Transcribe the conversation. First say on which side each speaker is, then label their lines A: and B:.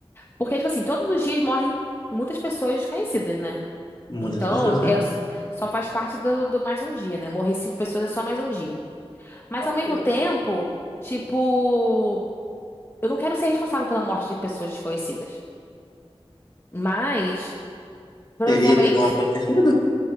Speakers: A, on the left; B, on the left.
A: Porque tipo assim, todos os dias morrem muitas pessoas desconhecidas, né?
B: Muitas
A: Então,
B: pessoas. com-
A: é, só faz parte do, do mais um dia, né? Morrer cinco pessoas é só mais um dia. Mas
B: Ok.
A: ao mesmo tempo, tipo, eu não quero ser responsável pela morte de pessoas desconhecidas. Mas, provavelmente.
B: Seria por um conhecido?